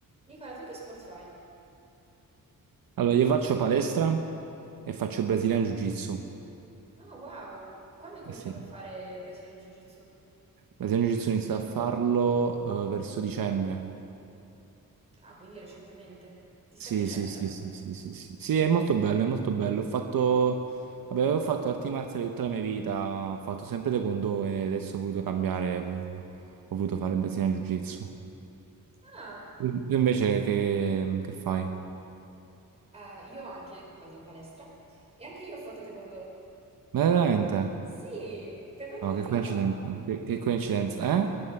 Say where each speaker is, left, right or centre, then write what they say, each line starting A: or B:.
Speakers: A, on the right; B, on the right.
A: Nicola, tu che sport fai?
B: Allora, io faccio palestra e faccio Brazilian Jiu-Jitsu.
A: Ah, wow! Quando hai cominciato
B: Eh sì,
A: a fare Brazilian Jiu-Jitsu?
B: Brazilian Jiu-Jitsu inizio a farlo eh, verso dicembre.
A: Ah, quindi recentemente. Ti sta
B: Sì,
A: piacendo?
B: sì, sì, sì, sì, sì, sì. Sì, Sì, è molto bello, è molto bello. Ho fatto, vabbè, avevo fatto arti marziali tutta la mia vita, ho fatto sempre Taekwondo e adesso ho voluto cambiare, boh, ho voluto fare Brazilian Jiu-Jitsu.
A: Ah,
B: Tu invece che, che fai?
A: eh, io anche vado in palestra e anche io ho fatto taekwondo.
B: Ma veramente?
A: Sì, per quanto
B: No,
A: tempo
B: che coincidenza,
A: l'hai fatto?
B: che, che coincidenza, eh?